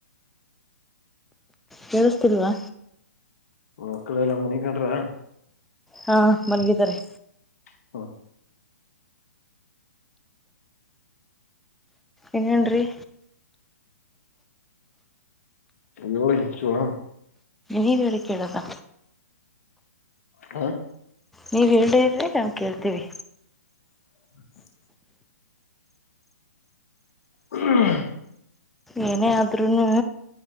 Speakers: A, in the centre; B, on the left.
A: ಕೇಳಸ್ತಿಲ್ವಾ.
B: ಮಕ್ಕಳೆಲ್ಲಾ ಮನಿಕೊಂಡ್ರಾ.
A: ಹಾ ಮಲ್ಗಿದಾರೆ.
B: ಪ್ಚ್ ಹು
A: ಏನ್ ಹೇಳಡ್ರಿ.
B: ನೀವು ಚೋಳಾ
A: ನೀವಿ ಹೇಳದ ಕೇಳೋದಾ
B: ಆ
A: ನೀವ್ ಇಲ್ಲೆ ಇದ್ರೆ ನಾವ ಕೇಳ್ತೀವಿ.
B: ಹಾ ಕೇಳಿ ಕೋಹ್ಹ್ಹ್
A: ಏನೇ ಆದ್ರುನು.